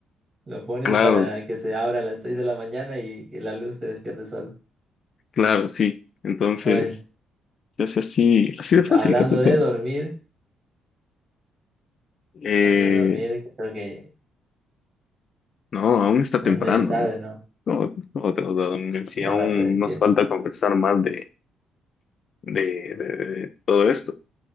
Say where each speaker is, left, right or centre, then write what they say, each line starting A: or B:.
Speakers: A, on the right (about 35°); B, on the left (about 50°).
A: Lo pones
B: Claro,
A: para que se abra a las 6 de la mañana y que la luz te despierte solo.
B: claro, sí. Entonces
A: Bueno.
B: se hace así, así de fácil,
A: Hablando
B: ¿cachás?
A: de dormir,
B: Eh,
A: hablando de dormir, creo que
B: no, aún está temprano.
A: ya es medio tarde,
B: ¿eh?
A: ¿no?
B: No, no te vas a dormir. Si
A: Ya
B: aún
A: vas a decir.
B: nos falta conversar más de, de de- de todo esto.